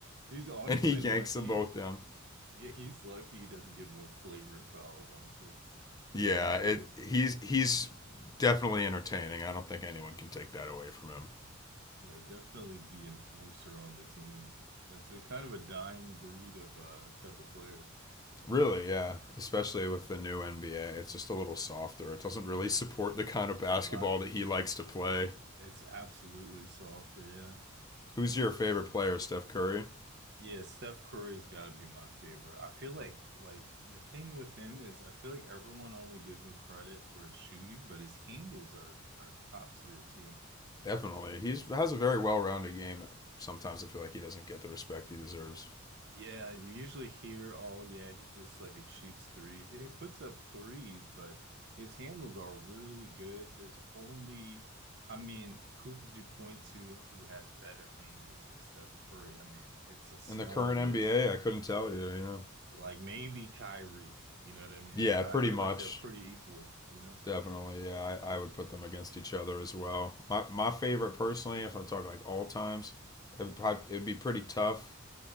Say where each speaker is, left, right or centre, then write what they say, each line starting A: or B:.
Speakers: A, on the right; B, on the left.
A: He's honestly
B: and he <laughs> yanks
A: lucky.
B: them both down.
A: Yeah, he's lucky he doesn't get more flagrant fouls, honestly,
B: Yeah,
A: the way he plays.
B: it, he's he's definitely entertaining. I don't think anyone can take that away from him.
A: Yeah, definitely the enforcer on the team. It's a kind of a dying breed of uh type of player.
B: Really, yeah. Especially with the new NBA, it's just a little softer. It doesn't really support
A: Yeah,
B: the kind of
A: it's
B: basketball
A: a lot. It's
B: that he likes to play.
A: it's absolutely softer, yeah.
B: Who's your favorite player, Steph Curry?
A: Yeah, Steph Curry's got to be my favorite. I feel like like the thing with him is I feel like everyone only gives him credit for his shooting, but his handles are are top tier too.
B: Definitely. he has a very well-rounded game. Sometimes I feel like he doesn't get the respect he deserves.
A: Yeah, you usually hear, oh yeah, he just like shoots threes. Yeah, he puts up threes, but his handles are really good. There's only, I mean, who could you point to who has better handles than Steph Curry? I mean, it's a small
B: In the current NBA,
A: list.
B: I couldn't tell you, you know.
A: Like maybe Kyrie, you know what I mean?
B: Yeah,
A: But
B: pretty
A: I feel
B: much.
A: like they're pretty equal, you know?
B: Definitely, yeah. I, I would put them against each other as well. My my favorite personally, if I talk like all times, it would prob- it'd be pretty tough.